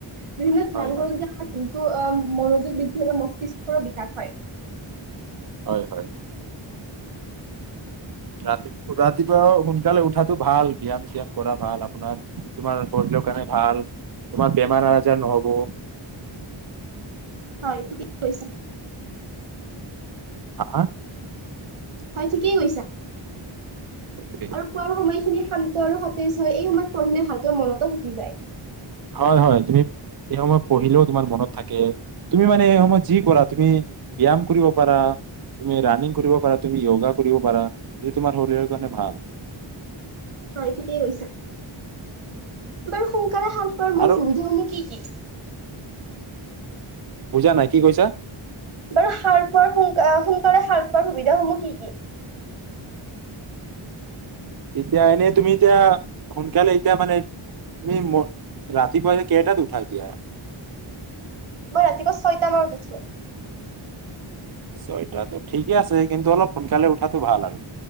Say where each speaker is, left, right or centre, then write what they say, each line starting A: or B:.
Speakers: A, on the right; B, on the right.
A: <unintelligible>
B: হয়
A: মনোযোগ
B: হয়
A: বৃদ্ধি বা মস্তিষ্কৰো বিকাশ হয়
B: হয় হয় ৰাতিপুৱা সোনকালে উঠাটো ভাল ব্যায়াম চিয়াম কৰাটো ভাল আপোনাৰ তোমাৰ শৰীৰৰ কাৰণে ভাল তোমাৰ বেমাৰ আজাৰ নহব
A: হয় ঠিক কৈছে
B: আহা
A: হয় ঠিকেই কৈছা
B: সেইটোৱে
A: আৰু পোৱাৰ সময়খিনি শান্তি আৰু সতেজ হয় এই সময়ত পঢ়িলে ভাল তোৰ মনতো থাকি যায়
B: হয় হয় তুমি এই সময়ত পঢ়িলেও তোমাৰ মনত থাকে তুমি মানে এই সময় যি কৰা তুমি ব্যায়াম কৰিব পাৰা তুমি ৰাণিং কৰিব পাৰা তুমি য়োগা কৰিব পাৰা যিটো তোমাৰ শৰীৰৰ কাৰণে ভাল
A: হয় ঠিকেই কৈছা বাৰু সোনকালে সাৰ পোৱাৰ মূল
B: আৰু
A: সুবিধাসমূহ কি কি?
B: বুজা নাই কি কৈছা
A: বাৰু সাৰ পোৱাৰ সোন সোনকালে সাল পোৱাৰ সুবিধা সমূহ কি কি?
B: এতিয়া এনেই তুমি এতিয়া সোনকালে এতিয়া মানে তুমি ৰাতিপুৱা এতি কেইটাত উঠা এতিয়া
A: মই ৰাতিপুৱা ছয়টা মানত উঠো
B: ছয়টাটো ঠিকে আছে কিন্তু অলপ সোনকালে উঠাটো ভাল আৰু